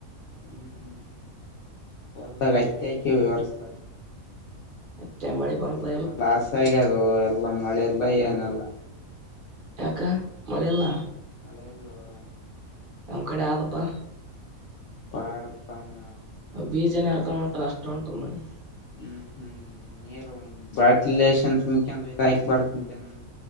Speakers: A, on the left (about 70°); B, on the right (about 45°).
A: ಹ್ಮ್ ಹ್ಮ್ ಒಳ್ಳ ಕತ್ಯ ಹೊರ್ಸ
B: ಮತ್ತೆ ಮಳಿ ಬಂತ
A: ಎಲ್ಲ ಲಾಸ್ ಆಗ್ಯ ಅದು ಎಲ್ಲ ಮಳೆೆಲ್ಲ ಏನೆಲ್ಲ
B: ಯಾಕ ಮೆಯಲ್ಲ
A: ಮಳೆ ಅಲ್ಲವಾ
B: ಅವ ಕಡೆ ಆವಪ್ಪಾ
A: ಪಾಡಪ್ಪಾನ
B: ಬೀಜನ ಯಾರ್ಕೊಂಡ್ ಉಂಟ ಅಷ್ಟು ಉಂಟದ ಮಿ
A: ಹ್ಮ್ ಹ್ಮ್ ಬಾಟ್ಲ ತುಂಬಕ್ ಹಾಕಿ ಬರ್ತಿದ್ದೆ